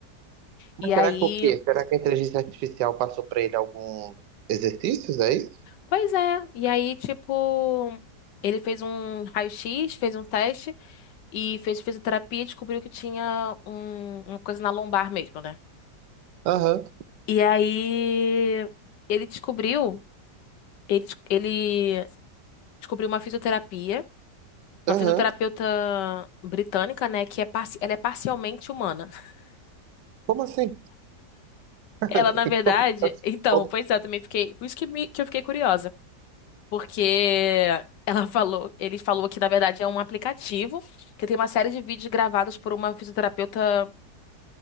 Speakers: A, on the left; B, on the right.
A: E
B: Mas
A: aí,
B: será que o quê? Será que a inteligência artificial passou pra ele alguns exercícios, é isso?
A: pois é. E aí, tipo, ele fez um raio-x, fez um teste e fez fisioterapia e descobriu que tinha um- uma coisa na lombar mesmo, né?
B: Aham,
A: E aí ele descobriu, ele, des- ele descobriu uma fisioterapia.
B: aham.
A: Uma fisioterapeuta britânica, né, que é, parci- ela é parcialmente humana. <laughs>
B: Como assim? <laughs>
A: Ela, na verdade,
B: Como- assim?
A: então,
B: como-
A: pois
B: assim?
A: é, eu também fiquei, por isso que, me- que eu fiquei curiosa, porque ela falou, ele falou que na verdade é um aplicativo que tem uma série de vídeos gravados por uma fisioterapeuta